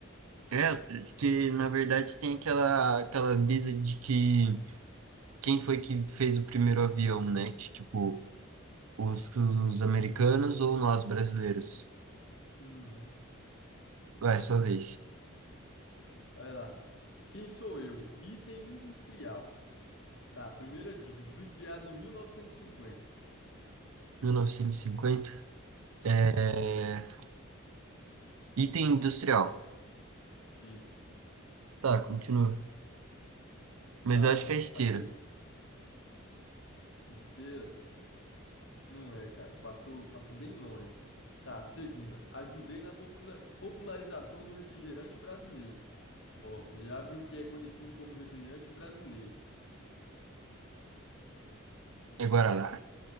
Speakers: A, on the right; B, on the left.
A: É, que na verdade tem aquela, aquela brisa de que quem foi que fez o primeiro avião, né? Que, tipo, os, os americanos ou nós brasileiros?
B: Uhum.
A: Vai, sua vez.
B: Vai lá. Quem sou eu? Item industrial. Tá, primeira dica. Fui criado em 1950.
A: 1950. É...
B: Isso.
A: Item industrial.
B: Isso.
A: Tá, continua. Mas
B: Tá.
A: eu acho que é esteira.
B: A se- Esteira? Não é, cara. Passou, passou bem longe. Tá, segunda. Ajudei na popula- popularização do refrigerante brasileiro. Ó, já viu o que é conhecido como refrigerante brasileiro.
A: É Guaraná.